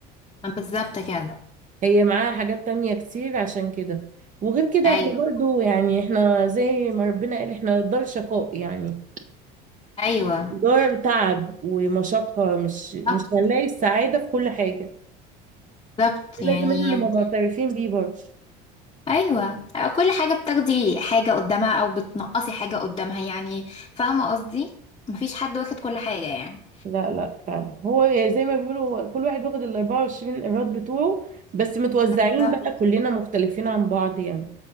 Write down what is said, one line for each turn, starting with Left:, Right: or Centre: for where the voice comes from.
Left: بالظبط كده
Right: هي معاها حاجات تانية كتير عشان كده وغير كده
Left: ايوه
Right: احنا برضو يعني احنا زي ما ربنا قال احنا دار شقاء يعني
Left: ايوه
Right: دار تعب ومشقة مش مش
Left: بالظبط
Right: هنلاقي السعادة في كل حاجة
Left: بالظبط.
Right: ده
Left: يعني
Right: لازم احنا نبقى معترفين بيه برضه
Left: ايوه كل حاجه بتاخدي حاجه قدامها او بتنقصي حاجه قدامها يعني فاهمه قصدي مفيش حد واخد كل حاجه يعني
Right: لا لا فعلا هو يعني زي ما بيقولوا كل واحد واخد ال 24 ايراد بتوعه بس متوزعين
Left: بالظبط
Right: بقى كلنا مختلفين عن بعض يعني